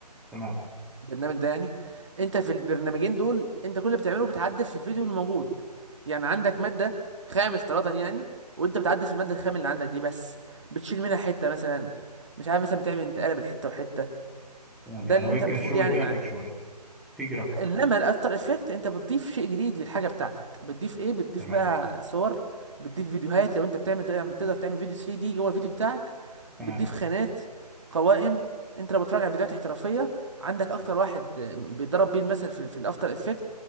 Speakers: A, in the centre; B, on the right.
A: تمام
B: البرنامج ده يعني انت في البرنامجين دول انت كل اللي بتعمله بتعدل في الفيديو الموجود يعني عندك ماده خام افتراضا يعني وانت بتعدل في الماده الخام اللي عندك دي بس بتشيل منها حته مثلا مش عارف مثلا بتعمل انتقاله بين حته وحته
A: تمام
B: ده
A: يعني
B: اللي
A: هو يمكن
B: انت المفروض
A: الشغل
B: يعني
A: جرافيك
B: معاك.
A: شويه في جرافيك
B: انما الافتر افكت انت بتضيف شيء جديد للحاجه بتاعتك بتضيف ايه بتضيف
A: تمام
B: بقى صور بتضيف فيديوهات لو انت بتعمل تعمل- تقدر تعمل فيديو 3 دي جوه الفيديو بتاعك
A: تمام
B: بتضيف خانات قوائم انت لو بتتفرج على فيديوهات احترافيه عندك اكتر واحد بيضرب بيه المثل في, في الافتر افكت